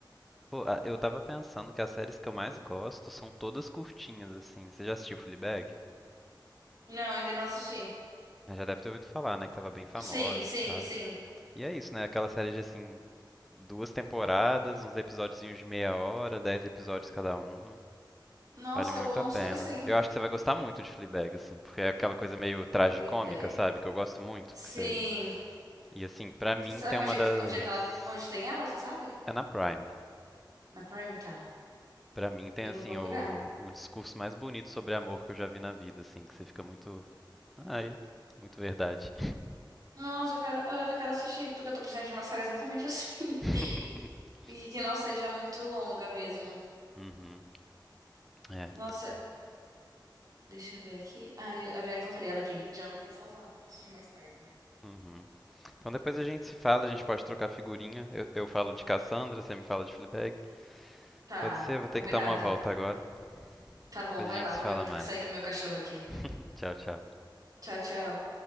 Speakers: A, in the centre; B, on the right (about 50°).
A: Pô, ah, eu tava pensando que as séries que eu mais gosto são todas curtinhas, assim. Você já assistiu Fleabag?
B: Não, ainda não assisti.
A: Ah, Já deve ter ouvido falar, né? Que tava bem famosa
B: Sim, sim,
A: e tal.
B: sim.
A: E é isso, né? Aquela série de, assim, duas temporadas, uns episódiozinhos de meia hora, dez episódios cada um.
B: Nossa,
A: Vale muito
B: eu amo
A: a pena.
B: série assim.
A: Eu acho que você vai gostar muito de Fleabag, assim, porque é aquela coisa meio tragicômica,
B: Fleabag.
A: sabe? Que eu gosto muito,
B: Sim.
A: que você... E assim, pra mim
B: Você sabe
A: tem uma
B: onde é,
A: das...
B: que- onde é que ela, onde tem ela, você sabe?
A: É na Prime.
B: Na Prime, tá.
A: Pra mim tem,
B: Eu
A: assim,
B: vou procurar.
A: o, o discurso mais bonito sobre amor que eu já vi na vida, assim, que você fica muito... Ai, muito verdade.
B: Nossa, eu quero, eu já quero assistir, porque eu tô precisando de uma série exatamente assim.
A: <laughs>
B: <laughs> E que não seja muito longa mesmo.
A: Uhum, é.
B: Nossa, Deixa eu ver aqui. Ah, eu eu já encontrei ela aqui. Já vou até salvar pra assistir mais tarde.
A: Uhum. Então depois a gente se fala, a gente pode trocar figurinha. Eu, eu falo de Cassandra, você me fala de Fleabag.
B: Tá,
A: Pode ser, eu vou
B: combinado.
A: ter que dar uma volta agora.
B: Tá bom,
A: Depois
B: vai
A: a gente
B: lá.
A: se
B: Também
A: fala
B: vou ter
A: mais.
B: que sair com o meu cachorro aqui.
A: <laughs> Tchau, tchau.
B: Tchau, tchau.